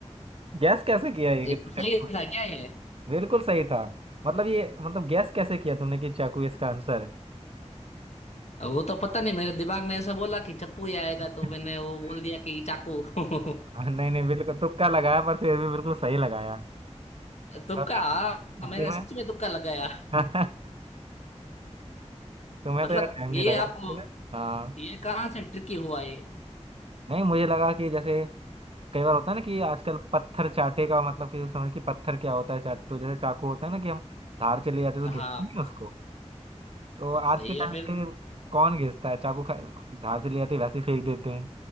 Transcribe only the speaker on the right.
गैस कैसे किया ये
कि तू
चक्कू में?
बिल्कुल सही था मतलब ये मतलब गैस कैसे किया तुमने कि चाकू इसका आंसर
<laughs>
हाँ, नहीं नहीं बिल्कुल तुक्का लगाया पर फिर भी बिल्कुल सही लगाया
अब यार
तुम्हें
<laughs> तुम्हें
तो यार टाइम नहीं
लगा
तुम्हें हाँ
नहीं मुझे लगा कि जैसे कई बार होता है ना कि आजकल पत्थर चाटे का मतलब कि समझ कि पत्थर क्या होता है चाट तो जैसे चाकू होता है ना कि हम धार चले जाते हैं
तो घिसते नहीं है
उसको तो आज
के टाइम
पे कौन घिसता है चाकू खा धार चले जाते हैं, वैसे ही फेंक देते हैं